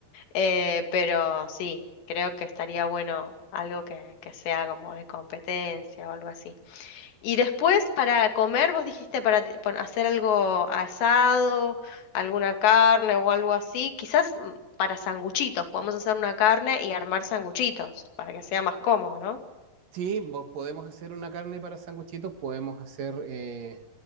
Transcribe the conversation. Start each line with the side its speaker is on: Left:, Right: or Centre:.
Left: Eh, pero sí, creo que estaría bueno algo que, que sea como de competencia o algo así. Y
Right: Sí,
Left: después para comer, vos dijiste para ti- pon- hacer algo asado, alguna carne o algo así, quizás mm, para sanguchitos, podemos hacer una carne y armar sanguchitos para que sea más cómodo, ¿no?
Right: sí, vos podemos hacer una carne para sanguchitos, podemos hacer, eh,